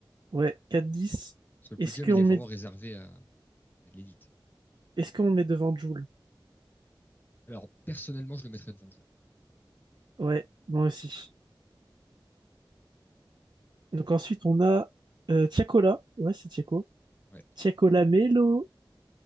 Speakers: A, on the right; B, on the left.
A: Ouais, 4-10.
B: Parce que le
A: Est-ce
B: podium,
A: qu'on
B: il est vraiment
A: met
B: réservé à, à l'élite.
A: est-ce qu'on met devant Jul?
B: Alors, personnellement, je le mettrais devant Joe.
A: Ouais, moi aussi. Donc ensuite on a euh, Tiakola, ouais c'est Tiako,
B: Ouais.
A: Tiakola Melo